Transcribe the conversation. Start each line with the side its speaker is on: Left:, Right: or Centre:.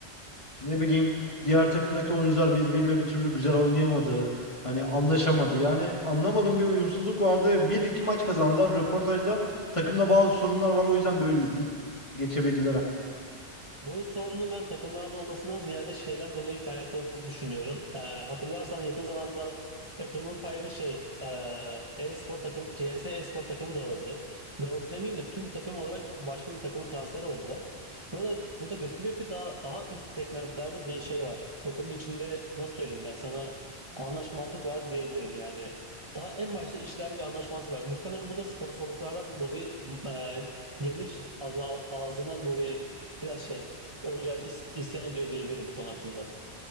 Left: Ne bileyim diğer takımdaki oyuncular birbiriyle bir türlü güzel oynayamadı. Hani anlaşamadı. Yani anlamadım bir uyumsuzluk vardı. Bir iki maç kazandılar. Röportajda takımda bazı sorunlar var. O yüzden böyle izleyip geçebildiler.
Right: Bu sorunun ben takımlardan olmasından ziyade şeyden dolayı kaynaklandığını düşünüyorum. Ee, hatırlarsan yakın zamanda Eternal Fire'ın şey e, e-spor takımı CS e-spor takımı dağıldı. Dağıldı demeyeyim de tüm takım olarak başka bir takımın transferi oldular. Bu da, bu da gösteriyor ki daha daha üst segmentlerde bir şey var. Takımın içinde nasıl söyleyeyim ben sana anlaşmazlık var diyebilirim yani. Daha en başta işlerde bir anlaşmazlık var. Muhtemelen bu da sponsorluklardan dolayı e, gelir azal, azlığından dolayı biraz şey oyuncular is- isyan ediyor diyebilirim bu konu hakkında.